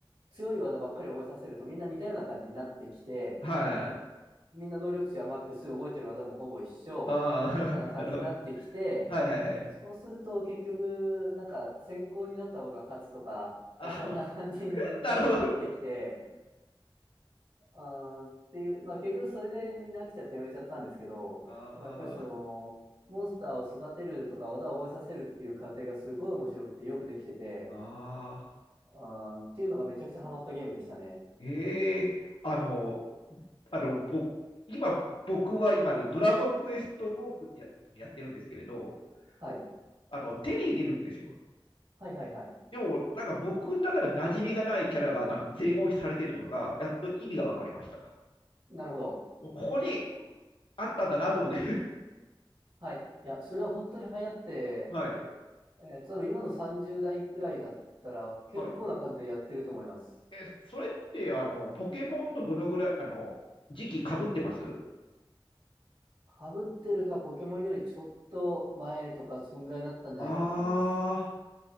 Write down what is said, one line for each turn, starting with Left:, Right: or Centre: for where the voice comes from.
Right: 強い技ばっかり覚えさせると、みんな似たような感じになってきて、
Left: はい。
Right: みんな能力値はマックス、覚えてる技もほぼ一緒、
Left: ああ、<laughs>
Right: みたいな感じになってきて、
Left: なるほど。はいはいはい。
Right: そうすると結局、なんか先行になった方が勝つとか、
Left: あ、
Right: あそんな感じに煮詰まってきて、
Left: <laughs> なるほど。<laughs>
Right: あーっていう、まあ結局それでみんな飽きちゃってやめちゃったんですけど、
Left: あ
Right: でもやっぱりその、モンスターを育てるとか技を覚えさせるっていう過程がすごい面白くてよくできてて、
Left: あ、ああ、
Right: あーっていうのがめちゃくちゃハマったゲームでしたね。
Left: ええあの、あの、僕、今、僕は今のドラゴンクエストウォークってや、やってるんですけれど、
Right: はい。
Left: あの、手に入れるんですよ。
Right: はいはいはい。
Left: でも、なんか僕の中で馴染みがないキャラがな全押しされてるのが、やっと意味が分かりました。
Right: なるほど。
Left: ここにあったんだなと思って。
Right: はい。いや、それは本当に流行って、
Left: <laughs> はい。
Right: えー、例えば今の30代くらいだったら結構な数でやってると思います。
Left: はい。え、それって、あの、ポケモンとどのぐらい、あの、時期かぶってます
Right: かぶってるかポケモンよりちょっと前とかそんぐらいだったんじゃないかと思います。
Left: ああー。